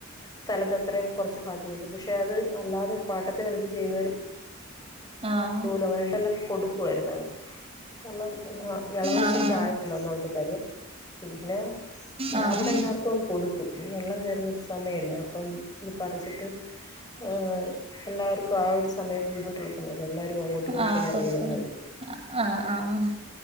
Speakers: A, on the left; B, on the right.
A: സ്ഥലത്ത് അത്രയും കുറച്ച ഭാഗത് ചെയ്തു പക്ഷെ അത് അല്ലാതെ പാട്ടത്തിനടുത്ത് ചെയ്യുന്ന ഒരു
B: ആഹ്
A: <inaudible> കൊടുക്കുായിരുന്നു അങ്ങ് കാരണം വിളവ്
B: ആഹ്
A: ശരിക്കും ആയിട്ടില്ല ഒന്നാമത്തെ കാര്യം പിന്നെ
B: ആഹ് ആഹ്
A: അവിടെ എല്ലാർക്കുംഅ ങ്ങ് കൊടുക്കും വെള്ളം കേയറുന്ന സമയല്ലേ അപ്പം ഇത് പറിച്ചിട്ട് ആ എല്ലാവർക്കും ആ ഒരു സമയത്ത് ബുദ്ധിമുട്ട് എല്ലാരും അങ്ങോട്ടി ങ്ങോട്ട്
B: ആഹ്
A: ഷെയർ
B: കൊടുക്കൂലേ
A: ചെയ്തങ്ങെടുക്കും
B: ആഹ് ആഹ്